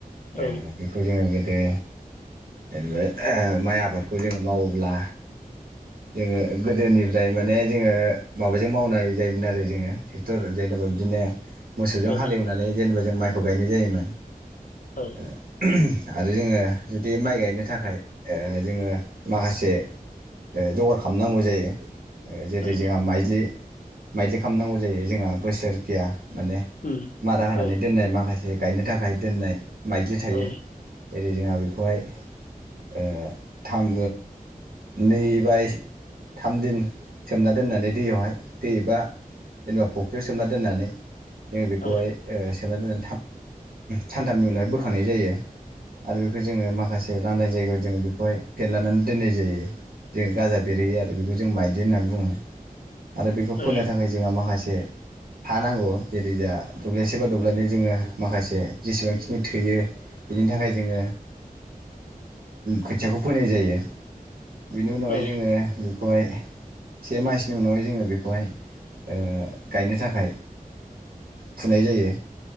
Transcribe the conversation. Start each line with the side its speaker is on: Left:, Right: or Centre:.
Right: ओ
Left: औ
Right: बेखौ जोङो गोदो जेनेबा माइ आबादखौ जोङो मावोब्ला जोङो गोदोनिफ्राय माने जोङो माबाजों मावनाय जायोमोन आरो जोङो ट्रेक्टर जेनेबा बिदिनो मोसौजों
Left: औ
Right: हालवनानै जेनेबा जों माइ थरायनाय जायो होननानै
Left: औ
Right: ओ आरो जोङो जुदि माइ गायनो थाखाय ओ जोङो माखासे ओ जगार खामनांगौ जायो जेरै
Left: औ
Right: जोंहा माइजलि माइजलि खामनांगौ जायो जोंहा बोसोरकिया माने
Left: उम
Right: मारा होनानै
Left: औ
Right: दोननाय माखासे गायनो थाखाय दोननाय माइजलि थायो
Left: औ
Right: जोंहा बेखौहाय ओ थाम‌ नै बाय थाम दिन सोमना दोननानै दैयावहाय दै बा जेनेबा फुख्रियाव सोमना दोननानै जोङो बेखौहाय
Left: औ
Right: ओ सोमना दोनो सानथामनि उनावहाय बोखांनाय जायो आरो बेखौ जोङो माखासे लांदां जायगायाव जोङो बेखौहाय फेदलनानै दोननाय जायो जोङो गाजा बेरहयो आरो बेखौ जों माइजलि होननानै बुङो आरो बेखौ
Left: औ
Right: फोनो थाखाय जोंहा माखासे हा नांगौ जेरैजा दब्लायसे बा दब्लायनै जोङो माखासे जेसेबांखिनि थोयो बिनि थाखाय जोङो खोथियाखौ फोनाय जायो बेनि उनावहाय
Left: औ
Right: जोङो बेखौहाय से मासनि उनावहाय जोङो बेखौहाय ओ गायनो थाखाय फुनाय जायो